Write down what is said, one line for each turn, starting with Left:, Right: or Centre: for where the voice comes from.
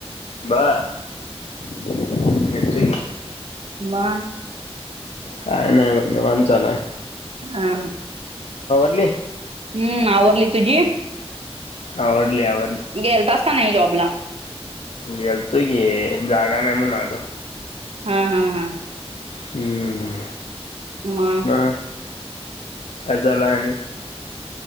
Left: बरं येतो की.
Right: म
Left: काय नाही ब निवांत चालूयं.
Right: हा.
Left: कुठली?
Right: हम्म आवरली तुझी.
Left: आवरली आवरली.
Right: गेलतास का नाही जॉबला?
Left: गेलतोय गे, जागा नाही म्हन आलो.
Right: हां-हां-हां
Left: हम्म,
Right: मग
Left: म? काय जालूआय आणि?